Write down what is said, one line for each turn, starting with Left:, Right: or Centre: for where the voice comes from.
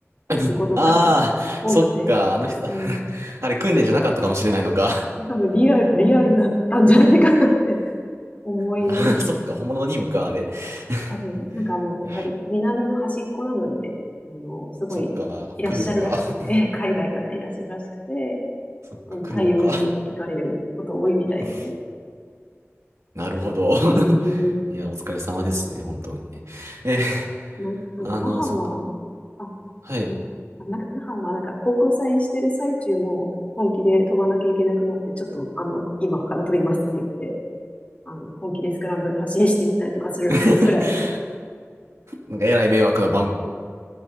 Right: <laughs>
Left: いくことが
Right: ああ、
Left: <laughs> 多くて、
Right: そっか、あの人、
Left: うん、
Right: <laughs> あれ訓練じゃなかったかもしれないのか。
Left: 多分リアル、リアルだったんじゃないかなって <laughs> 思いますね。
Right: <laughs> そっか、本物の任務か、あれ。<laughs>
Left: 多分、なんかあの、やっぱり南の端っこなので、
Right: いや
Left: あの、すごいいらっしゃるらしくて、
Right: そっか、来るのか。<laughs>
Left: <laughs> 海外からいらっしゃるらしくて、
Right: そっか、
Left: あの対応に行かれること多いみたいですよ。
Right: 来るのか。<laughs> なるほど。
Left: うん。
Right: <laughs> いや、お疲れ様ですね、本当にね。えー、
Left: な、なんか那覇は、
Right: あの、そ、
Left: あ、
Right: はい。
Left: んあ、なんか那覇はなんか航空祭してる最中も本気で飛ばなきゃいけなくなって、ちょっとあの、今から飛びますって言って、あの、本気でスクランブル発進していったりとかするらしいくらいです。
Right: <laughs> なんか、えらい迷惑な番